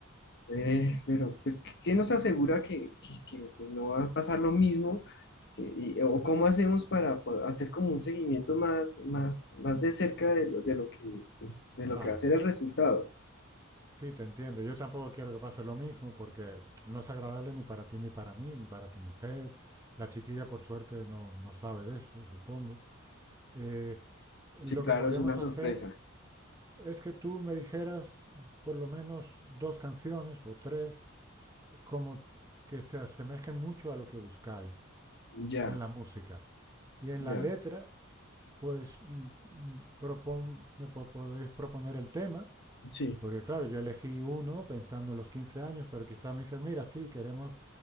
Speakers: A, on the left (about 55°); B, on the right (about 15°).
A: eh, pero pues, ¿qué qué nos asegura que, que, que, pues, no va a pasar lo mismo? Que- y- o cómo hacemos para po- hacer como un seguimiento más, más, más de cerca de lo, de lo que, pues, de
B: Vale.
A: lo que va a ser el resultado?
B: Sí, te entiendo. Yo tampoco quiero que pase lo mismo porque no es agradable ni para ti ni para mí, ni para tu mujer. La chiquilla, por suerte, no, no sabe de esto, supongo. Eh, lo
A: Sí, claro,
B: que podríamos
A: es una sorpresa.
B: hacer es que tú me dijeras por lo menos dos canciones o tres como que se asemejen mucho a lo que buscáis
A: Ya,
B: en la música. Y en
A: ya,
B: la letra, pues mm, mm, propon, me po- podéis proponer el tema,
A: sí,
B: porque claro, yo elegí uno pensando en los 15 años, pero quizás me dicen, mira, sí, queremos